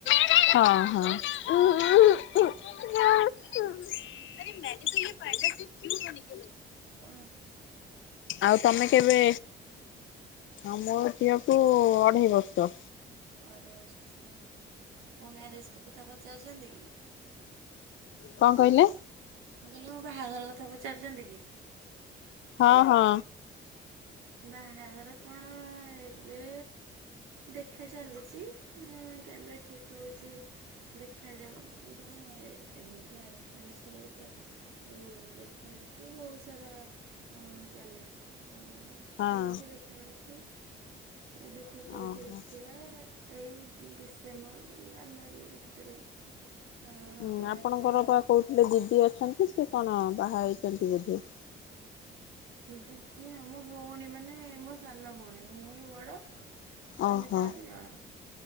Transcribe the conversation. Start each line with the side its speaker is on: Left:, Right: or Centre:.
Left: ହଁ ହଁ <unintelligible> ଆରେ ମେେ ତ ପିଲ ସେ କୁ ହେ କେ ବ <unintelligible>
Right: ହଣ <unintelligible>
Left: ଆଉ ତମେ କେବେ ଆମ ଝିଅକୁ ଅଢେଇ ବର୍ଷ।
Right: ଅ ବର୍ଷ <unintelligible> ମୋ ମ୍ୟାରେଜ କଥା ପଚାରୁଛନ୍ତି କି?
Left: କଣ କହିଲେ?
Right: ମୁଁ କହିଲି, ମୋ ବାହାଘର କଥା ପଚାରୁଛନ୍ତି କି?
Left: ହଁ ହଁ
Right: ବାହାଘର କଣ? ଏବେ ଦେଖା ଚାଲିଛି, କେବେ ଠିକ୍ ହଉଛି? ଦେଖାଯାଉ, ଯେ ଏମିତି ଆ ତ ଯଉ ଦେଖାଦେଖି ବହୁତ ସାରା ଚାଲେ, ତ
Left: ହଁ
Right: ଚାଲିଛି ଦେଖା ହେକି, ଏବେ ଠିକ୍ ହେଉଛି
Left: ଓହୋ।
Right: ଦେଖିବା? ଏଇ ଡିସେମ୍ବର, ଜାନୁଆରୀ ଭିତରେ ବାହାଘର
Left: ଉଁ,
Right: ହେବାର
Left: ଆପଣଙ୍କର
Right: ଅଛି ଆଉ
Left: ବା କହୁଥିଲେ ଦିଦି ଅଛନ୍ତି ସେ କଣ ବାହା ହେଇଛି? ଚଣ୍ଟି ବି <unintelligible>
Right: ଦିଦି ନୁ ମୋ ଭଉଣୀ ମାନେ, ମୋ ସାନ ଭଉଣୀ, ମୁଁ ହିଁ ବଡ।
Left: ଓହୋ
Right: ଆମେ ଚାରି ଜଣ।